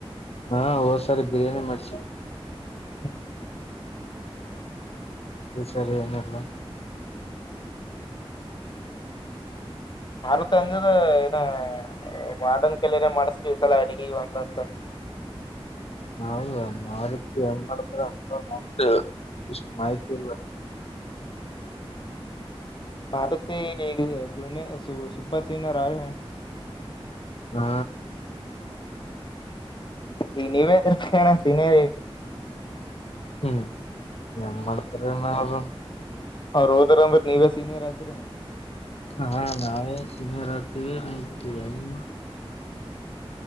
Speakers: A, on the left; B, on the left.
A: ಹಾ ಸಾರಿ ಬಿರಿಯಾನಿ ಮರ್ಚಿ..
B: ಹ್ಮ ಹ..
A: ಇದು ಸರಿಯನಲ್ಲ..
B: ಮಾರುತಿ ಅಂದನ ಏ ಇದಾ. ಅ ವಾರ್ಡನ್ ಕೈಲೆರೆ ಮಾಡಸ್ರಿ ಈ ಸಲಾ ಅಡಗಿ ಒಂದ ಹೊತ್ತ
A: ಹೌದ ಮಾರುತಿ ಹೆಂಗ್ ಮಾಡ್ತರ ಏನೋ ಪಾ. ಹ್ ಮಾಹಿತಿ ಇಲ್ಲ.
B: <inaudible> ಭಾರತ ಜೂನಿಯ ಸಪರ್ ಸೀನಿಯರ್ ಆರ..
A: ಹಾ..
B: ಈ ನೀವೇದ್ರ ಕಷಣ ಸಿನೇರಿ..
A: ಹ್ಮ್ ನಮ್ಮಡತ್ರ..
B: ಅವ ರ ಹೋಗರ್ ಅಂದ್ರೆ ನೀವೇ ಸೀನಿಯರ್ ಆಯತ್ರಿ..
A: ಹಾ ನಾವೇ ಸಮರ್ ಹತೀವಿ ನಿ..